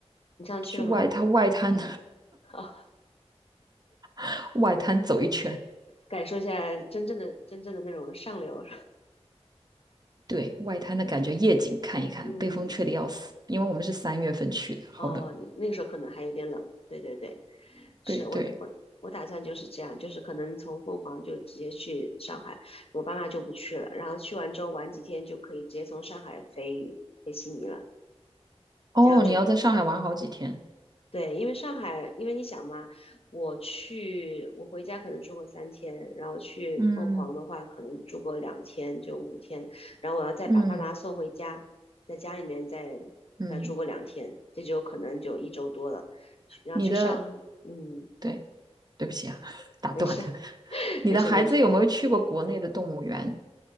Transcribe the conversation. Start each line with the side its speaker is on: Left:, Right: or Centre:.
Left: 你上次去了吗？
Right: 去外滩外滩
Left: <laughs> 好，
Right: <laughs> 外滩走一圈。
Left: 感受一下真正的真正的那种上流，
Right: 对，外滩的感觉，夜景看一看，
Left: <laughs> 嗯，
Right: 被风吹得要死，因为我们是三月份去的，好冷。
Left: 哦，那那个时候可能还有点冷，对对对，是我打我我打算就是这样，
Right: 对对。
Left: 就是可能从凤凰就直接去上海，我爸妈就不去了，然后去完之后玩几天就可以直接从上海飞飞悉尼了，
Right: 哦，
Left: 这样就
Right: 你要在上海玩好几天。
Left: 对，因为上海，因为你想嘛，我去，我回家可能住个三天，然后去凤凰的话，
Right: 嗯
Left: 可能住个两天就五天，然后我要再把爸妈送回家，
Right: 嗯
Left: 在家里面再再住个两天，
Right: 嗯，
Left: 这就可能就一周多了。去，然后去上海，
Right: 你的，
Left: 嗯，
Right: 对，对不起啊，<laughs> 打断了。
Left: 没事，<laughs>
Right: 你的孩子有没有去过国内的动物园？
Left: 没事，没事。